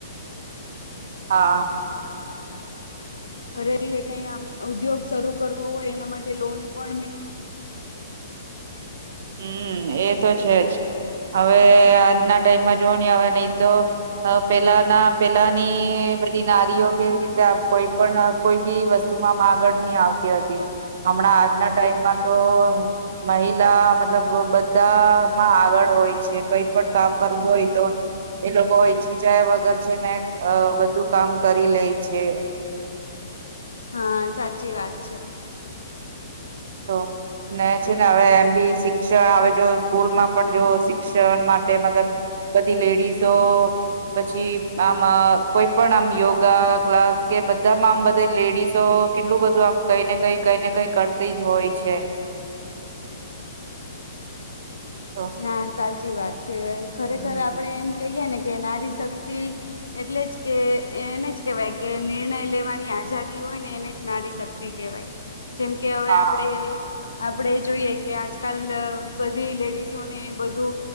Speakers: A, on the right; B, on the left.
A: હા.
B: ઘરેથી કઈ ઉદ્યોગ શરૂ કરવો હોય એના માટે લોન પણ મે
A: હમ્મ એ તો છે જ. હવે આજના ટાઈમમાં જોવ નહી હવે નહી તો પેલાના પેલા ની બધી નારીઓ કેવી રીતે કોઈ પણ કોઈ બી વસ્તુમાં મા આગળ નની આવતી હતી. હમણાં આજના ટાઈમમાં તો મહિલા મતલબ બધામાં આગળ હોય છે કઈ પણ કામ કરવું હોય તો એ લોકો ઈછી જાય વગર છે ને બધું કામ કરી લે છે.
B: હા સાચી વાત છે.
A: તો ને છે ને હવે એમ બી શિક્ષણ આવે જો સ્કૂલમાં પણ જો શિક્ષણ માટે મતલબ બધી લેડીઝો પછી આમ કોઈ પણ આમ યોગા ક્લાસ કે બધામાં આમ બધા લેડીસો તો કેટલું બધું આમ કઈને કઈ કઈને કઈ ક તી જ હોય છે. તો
B: ના સાચી વાત છે ખરેખર
A: હમ
B: આપડે એમ કહીય ને કે નારી શક્તિ એટલે જ કે એને જ કેવાય કે નિર્ણય લેવાની આઝાદી હોય ને એને જ નારી શક્તિ કહેવાય. જેમ કે હવે
A: હા
B: આપણેે આપડે જોઈએ કે આજકાલ બધી લેડીઝ જોને બુંધુ